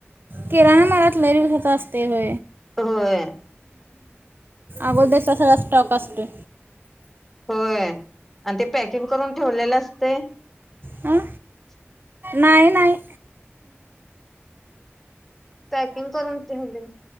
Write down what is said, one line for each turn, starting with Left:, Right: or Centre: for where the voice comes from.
Right: किराणा मलात लइ होत असते हो
Centre: होय
Right: अगोदर चा सगळा स्टॉक असतोय
Centre: होय आणि ते पॅकिंग करून ठेवलेलं असते <inaudible>
Right: हां नाही नाहीय
Centre: पॅकिंग करून ती दि